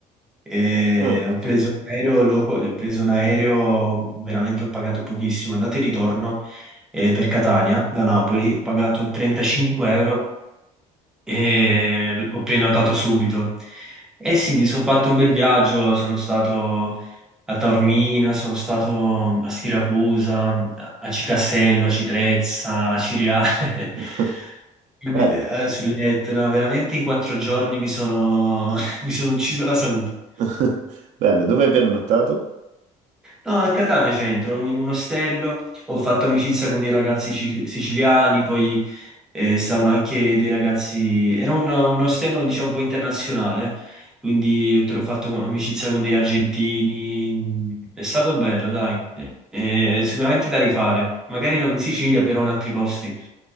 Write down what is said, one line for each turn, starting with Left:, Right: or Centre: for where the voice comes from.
Centre: E
Right: Ah,
Centre: ho preso un aereo, loco- ho preso un aereo, veramente ho pagato pochissimo, andata e ritorno eh, per Catania da Napoli, ho pagato 35 euro e ho prenotato subito. E sì, mi sono fatto un bel viaggio, sono stato a Taormina, sono stato a Siracusa, a a Cicastello, a Citrezza, a Ciriale.
Right: <laughs>
Centre: <laughs> Quindi,
Right: bello,
Centre: eh, sull'Etna, veramente in quattro giorni mi sono, <laughs> mi sono ucciso la salute.
Right: <laughs> bello, dove hai pernottato?
Centre: No, a Catania centro, in un ostello, ho fatto amicizia con dei ragazzi sic- siciliani, poi eh, stavano anche dei ragazzi... Era un, un ostello, diciamo, un po' internazionale, quindi te l'ho fatto con- amicizia con degli argentini. È stato bello, dai. Eh, eh, sicuramente da rifare. Magari non in Sicilia, però in altri posti.